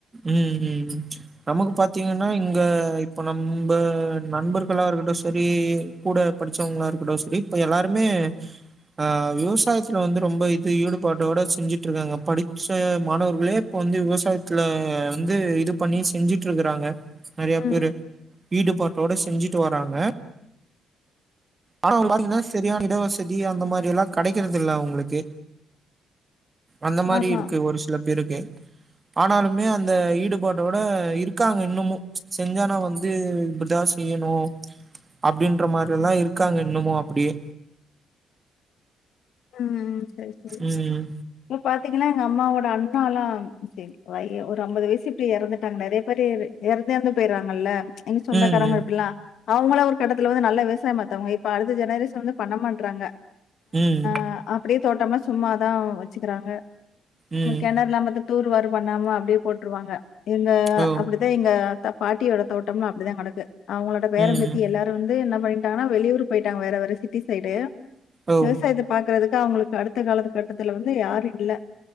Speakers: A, on the right; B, on the left.
A: ம் ம் நமக்கு பாத்தீங்கனா இங்க இப்ப நம்ப நண்பர்களா இருக்கட்டு செரி கூட படிச்சவ்ங்களாருக்கட்டு செரி இப்ப எல்லாருமே ஆ விவசாயத்துல வந்து ரொம்ப இது ஈடுபாட்டோட செஞ்சுட்ருக்காங்க படிப்ச்சு மாணவர்களே இப்ப வந்து விவசாயத்துல வந்து இது பண்ணி செஞ்சுட்ருக்குறாங்க நெறைய
B: ம்.
A: பேரு ஈடுபாட்டோட செஞ்சுட்டு வராங்க ஆனா பாத்தீங்கனா செரியான இட வசதி அந்த மாரியெல்லா கெடைக்கறது இல்ல அவ்ங்களுக்கு அந்த மாரி
B: ஆமா.
A: இருக்கு ஒரு சில பேருக்கு ஆனாலுமே அந்த ஈடுபாட்டோட இருக்காங்க இன்னமு செஞ்சா நா வந்து இப்டிதா செய்யணு அப்டின்ற மாரியெல்லா இருக்காங்க இன்னமு அப்டியே
B: ம் செரி செரி
A: ம்
B: இப்ப பாத்தீங்கனா எங்க அம்மாவோட அண் நாலாம் சேரி வை <unintelligible> அம்பது வயசு இப்டி எறந்துட்டாங்க நெறைய பேரு எறந்து எறந்து போய்றாங்கல்ல எங்க சொந்தக்காரங்க
A: ம்
B: இப்டிலா அவ்ங்கலா ஒரு கட்டத்துல வந்து நல்லா விவசாய பாத்தவ்ங்க இப்ப அடுத்த ஜெனரேஷன் வந்து பண்ண மாட்றாங்க
A: ம்
B: ஆ அப்டியே தோட்டம்லா சும்மாதா வச்சிக்கிறாங்க சும்மா
A: ம்
B: கெணறுலா பாத்து தூருவாரு பண்ணாம அப்டியே போட்ருவாங்க எங்க
A: ஓ
B: அப்டி இந்த எங்க பாட்டியோட தோட்டம்லா அப்டிதா கெடக்கு அவ்ங்களோட பேரம்பேத்தி
A: ம்
B: எல்லாரு வந்து என்ன பண்ணிட்டாங்கனா வெளியூர் போயிட்டாங்க வேற வேற சிட்டி சைடு
A: ஓ
B: விவசாயத்தப் பாக்குறதுக்கு அவுங்களுக்கு அடுத்த கால கட்டத்துல வந்து யாரு இல்ல